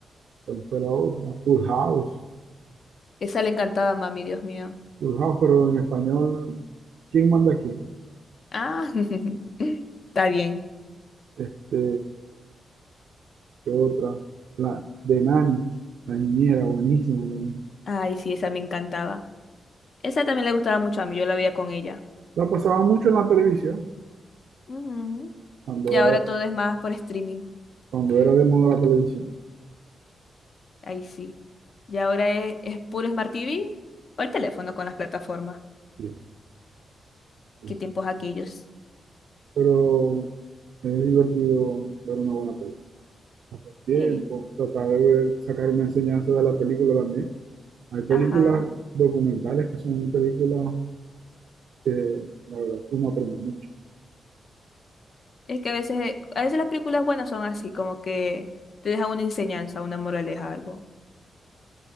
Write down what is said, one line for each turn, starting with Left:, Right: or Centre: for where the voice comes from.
Right: ¿cuál fue la otra? Full House.
Left: Esa le encantaba a mami, Dios mío.
Right: Full House, pero en español, ¿quién manda a quién?
Left: Ah, <laughs> está bien.
Right: Este, ¿qué otra? La de Nani, la niñera, buenísima también.
Left: Ay, sí, esa me encantaba. Esa también le gustaba mucho a mí, yo la veía con ella.
Right: La pasaba mucho en la televisión,
Left: Ujú.
Right: cuando
Left: Y ahora
Right: era,
Left: todo es más por streaming,
Right: cuando era de moda la televisión.
Left: ahí sí. Y ahora es, es puro Smart TV o el teléfono con las plataformas.
Right: Sí, sí,
Left: ¿Qué
Right: sí.
Left: tiempos aquellos?
Right: Pero es divertido ver una buena película. Pasar tiempo,
Left: Sí,
Right: tratar de ver- sacar una enseñanza de la película también. Hay películas
Left: ajá.
Right: documentales que son películas que la verdad es que uno aprende mucho.
Left: Es que a veces, a veces las películas buenas son así, como que te dejan una enseñanza, una moraleja, algo.